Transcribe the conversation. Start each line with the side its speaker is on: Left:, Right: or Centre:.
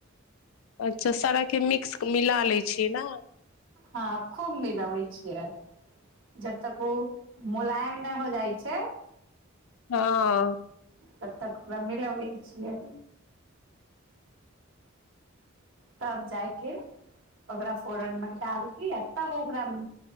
Left: अच्छा सारा के मिक्स मिला लै छियै न
Right: हँ खूब मिलबै छियै जब तक ओ मुलायम न हो जाइ छै
Left: हँ
Right: तब तक ओकरा मिलबै छियै तब जाइ के ओकरा फोरनमे डालि के आ तब ओकरा